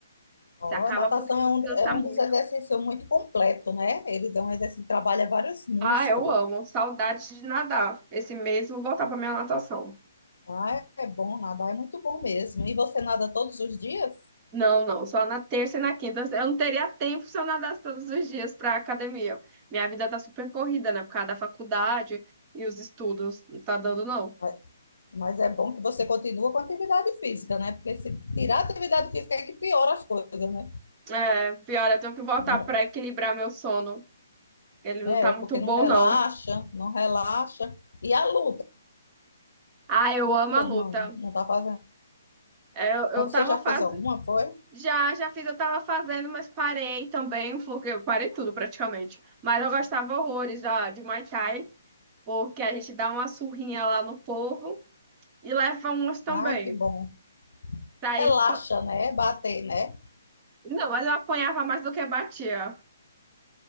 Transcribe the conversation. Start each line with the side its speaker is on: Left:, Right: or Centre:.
Left: Ó,
Right: Se acaba
Left: natação
Right: porque ele
Left: é um,
Right: cansa
Left: é um
Right: muito.
Left: dos exercícios muito completo, né? Eles é um exercício que trabalha vários músculos.
Right: Ah, eu amo. Saudades de nadar. Esse mês eu vou voltar para minha natação.
Left: Ah, é bom nadar, é muito bom mesmo. E você nada todos os dias?
Right: Não, não, só na terça e na quinta. Eu não teria tempo se eu nadasse todos os dias para academia. Minha vida tá super corrida, né? Por causa da faculdade e os estudos. Não tá dando, não.
Left: Mas mas é bom que você continua com atividade física, né? Porque se tirar a atividade física é que piora as coisas, né?
Right: É, pior, eu tenho que voltar
Left: Não-
Right: para equilibrar meu sono. Ele não
Left: É,
Right: tá muito
Left: porque
Right: bom,
Left: não relaxa,
Right: não.
Left: não relaxa. E a luta,
Right: Ah, eu amo a
Left: não,
Right: luta.
Left: não tá fazendo.
Right: É, eu, eu
Left: Mas
Right: tava
Left: você já
Right: fazendo.
Left: fez alguma, foi?
Right: Já, já fiz, eu tava fazendo, mas parei também, porque eu parei tudo praticamente. Mas eu gostava horrores da, de Muay Thai, porque a gente dá uma surrinha lá no povo e leva umas também.
Left: Ai, que bom.
Right: Daí,
Left: Relaxa,
Right: espo-
Left: né? Bater, né?
Right: não, mas eu apanhava mais do que batia.